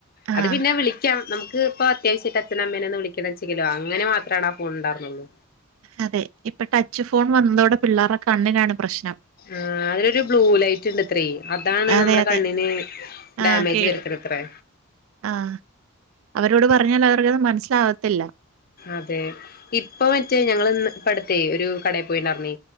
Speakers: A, on the left; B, on the right.
A: അത്
B: ആഹ്
A: പിന്നെ വിളി- ക്കാം. നമുക്ക് പ്പൊ അത്യാവശ്യയിട്ട് അച്ഛനെ, അമ്മനെ ഒന്ന് വിളിക്കണം ചെങ്കിലൊ അങ്ങനെ മാത്രാണ് ആ ഫോൺ ണ്ടാർന്നൊള്ളു.
B: അതെ. ഇപ്പൊ ടച്ച് ഫോൺ വന്നതോടെ പിള്ളേർടെ കണ്ണ്നാണ് പ്രശ്നം.
A: ആഹ് അതിനൊരു ബ്ലൂ ലൈറ്റ്ണ്ട്. ത്രി. അതാണ്
B: അതെ
A: നമ്മുടെ
B: അതെ
A: കണ്ണിന്
B: ആഹ്
A: ഡാമേജ്
B: കേട്
A: വര്ത്ത്ണത്രേ.
B: ആഹ്. അവരോട് പറഞ്ഞാൽ അവർക്കത് മൻസ്സിലാവത്തില്ല.
A: അതെ. ഇപ്പൊ മറ്റേ ഞങ്ങള് ന്ന് ഇപ്പ അട്ത്തെ ഒരു കടേ പോയിണ്ടാർന്നെ